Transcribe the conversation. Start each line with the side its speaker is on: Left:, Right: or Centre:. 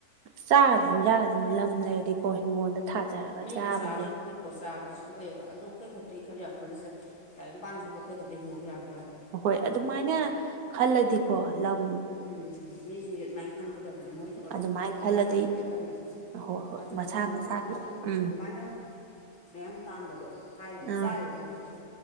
Right: ꯆꯥꯒꯗꯕ ꯍꯤꯟꯖꯥꯡꯒꯥꯁꯦ ꯂꯝ ꯂꯩꯔꯗꯤꯀꯣ ꯍꯤꯡꯒꯣꯜꯗ ꯊꯥꯖꯔꯒ
Left: ꯃꯤꯅ
Right: ꯆꯥꯕꯁꯦ
Left: ꯆꯥꯔꯁꯨ ꯑꯩꯈꯣꯏ ꯄꯣꯠ ꯆꯥꯕꯗꯤ ꯁꯣꯛꯑꯣꯏꯌꯦꯕ ꯑꯗꯣ ꯑꯩꯈꯣꯏ ꯈꯛꯇꯒꯤ ꯈꯟ ꯌꯥꯄꯣꯟꯇꯦ ꯇꯥꯏꯕꯥꯡꯄꯥꯟꯁꯤꯕꯨ ꯑꯩꯈꯣꯏ ꯈꯛꯇ ꯍꯤꯡꯍꯧ ꯌꯥꯕꯔ꯭ꯕ
Right: ꯍꯍꯣꯏ ꯑꯗꯨꯃꯥꯏꯅ ꯈꯜꯂꯗꯤꯀꯣ ꯂꯝ
Left: ꯎꯝ ꯃꯤꯖꯤ ꯑꯗꯨꯃꯥꯏꯅ ꯈꯟꯒꯗꯕꯅꯤ ꯃꯣꯏ ꯌꯣꯟꯕ
Right: ꯑꯗꯨꯃꯥꯏꯅ
Left: ꯈꯛꯇꯒꯤ
Right: ꯈꯜꯂꯗꯤ
Left: ꯄꯩꯁꯥ ꯈꯛꯇ ꯈꯟꯒꯅꯤ
Right: ꯍꯣꯏ ꯍꯣꯏ
Left: ꯑꯗꯨ
Right: ꯃꯁꯥ
Left: ꯃꯣꯏꯖꯨ
Right: ꯃꯁꯥꯒꯤ
Left: ꯑꯗꯨ
Right: ꯎꯝ
Left: ꯑꯗꯨꯃꯥꯏꯅ ꯃꯌꯥꯝ ꯇꯥꯟꯕꯗꯣ ꯍꯥꯏꯔꯤꯕ
Right: ꯎꯝ
Left: ꯆꯥꯔꯤꯕ ꯃꯣꯏꯖꯤꯖꯨ